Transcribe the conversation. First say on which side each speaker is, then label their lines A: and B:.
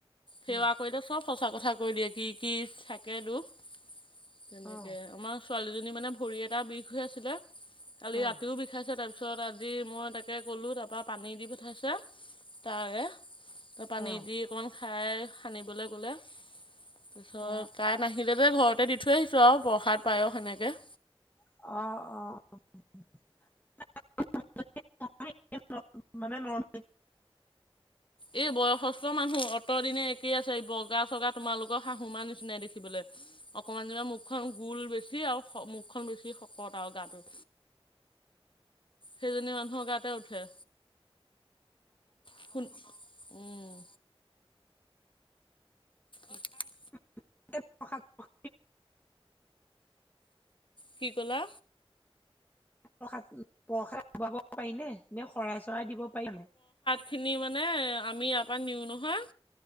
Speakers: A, on the left; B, on the left.
A: সেৱা
B: উম
A: কৰিলে চব সচা কথা কৈ দিয়ে, কি কি থাকে দুখ তেনেকে।
B: অ
A: আমাৰ ছোৱালীজনীৰ মানে ভৰি এটা বিষ হৈ আছিলে, কালি
B: অ অ
A: ৰাতিও বিষ ঠাইছে তাৰপিছত আজি মই তাকে ক'লোঁ, তাৰপা পানী দি পঠাইছে। তাৰে পানী
B: অ
A: দি অকণ খাই সানিবলে গ'লে তাৰপিছত
B: অ
A: তাই নাহিলে যে ঘৰতে দি থৈ আহিছোঁ আৰু প্ৰসাদ পায়স সেনেকে।
B: অ অ। <unintelligible>
A: এই বয়সস্থ মানুহ অতৰ দিনে একেই আছে বগা চগা তোমালোকৰ শাহু মাৰ নিচিনাই দেখিবলে। অকমান জনিও মুখখন গোল বেছি আৰু মুখখন বেছি শকত আৰু গাটো
B: <inaudible>
A: সেইজনী মানুহৰ গাতে উঠে সোণ উম অ তাৰ
B: <unintelligible>
A: কি কলা?
B: প্ৰসাদ প্ৰসাদ পাব পাৰি নে, নে শৰাই চৰাই দিব পাৰি মানে
A: খিনি মানে আমি ইয়াপৰা নিওঁ নহয়